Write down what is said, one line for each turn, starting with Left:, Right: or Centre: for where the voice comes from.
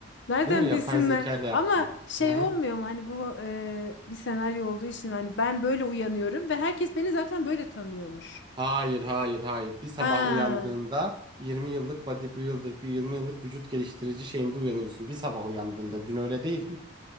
Left: Nereden
Right: Değil mi? Yapay
Left: bilsinler?
Right: zekayla yaptın.
Left: Ama şey
Right: Hı hı
Left: olmuyor mu hani bu e, bir senaryo olduğu için hani ben böyle uyanıyorum ve herkes beni zaten böyle tanıyormuş.
Right: Hayır, hayır, hayır. Bir sabah
Left: Ha,
Right: uyandığında 20 yıllık bodybuilder, bir 20 yıllık vücut geliştirici şeyinde uyanıyorsun. Bir sabah uyandığında. Dün öyle değildin.